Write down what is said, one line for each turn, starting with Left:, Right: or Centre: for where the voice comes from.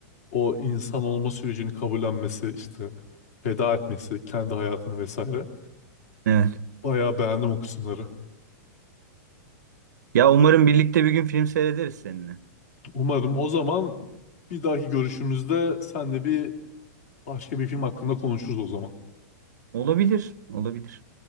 Left: o insan olma sürecini kabullenmesi, işte feda etmesi, kendi hayatını vesaire.
Right: Evet.
Left: Bayağı beğendim o kısımları.
Right: Ya umarım birlikte bir gün film seyrederiz seninle.
Left: Umarım o zaman bir dahaki görüşümüzde senle bir başka bir film hakkında konuşuruz o zaman.
Right: Olabilir, olabilir.